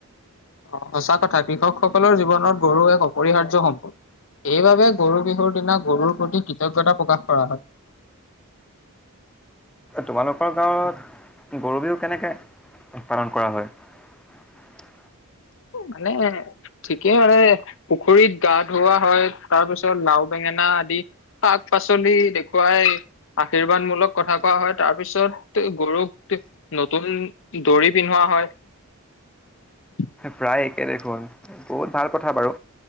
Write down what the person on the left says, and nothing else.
অঁহ সঁচা কথা কৃষকসকলৰ জীৱনত গৰু এক অপৰিহাৰ্য সম্পদ এইবাবে গৰু বিহুৰ দিনা গৰুৰ প্ৰতি কৃতজ্ঞতা প্ৰকাশ কৰা হয়।
মানে ঠিকেই মানে পুখুৰীত গা ধুওৱা হয় তাৰপিছত লাও-বেঙেনা আদি শাক-পাচলি দেখুৱাই আশীৰ্বাদমূলক কথা কোৱা হয়, তাৰপিছত গৰুক নতুন দৰি পিন্ধোৱা হয়।